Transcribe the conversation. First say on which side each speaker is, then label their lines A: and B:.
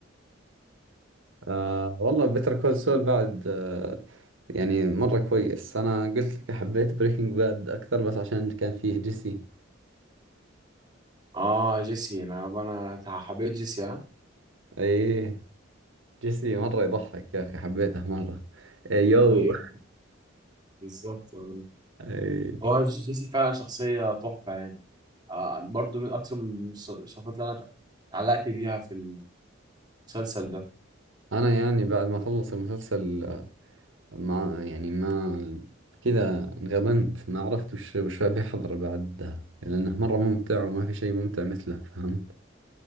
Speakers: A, on the right; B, on the right.
A: أه والله بيتر كول سول بعد أه يعني مرة كويس أنا قلت لك حبيت بريكنج باد أكثر بس عشان كان فيه جيسي
B: اه جيسي انا انا حبيت جيسي ها
A: إيه جيسي مرة يضحك يا أخي حبيته مرة إيه، يو
B: ايوه بالظبط آه.
A: إيه.
B: هو جيسي فعلا شخصيه تحفه يعني آه برضو من اكتر من الشخصيات اللي انا اتعلقت بيها في المسلسل ده
A: انا يعني بعد ما خلص المسلسل ما يعني ما كذا انغبنت ما عرفت وش وش أبي أحضر بعدها لأنه مرة ممتع وما في شيء ممتع مثله فهمت